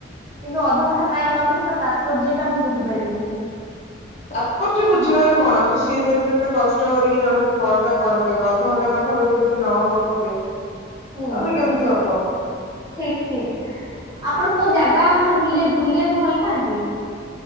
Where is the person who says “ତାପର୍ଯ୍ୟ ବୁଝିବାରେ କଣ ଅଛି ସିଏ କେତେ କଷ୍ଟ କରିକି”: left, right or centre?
Left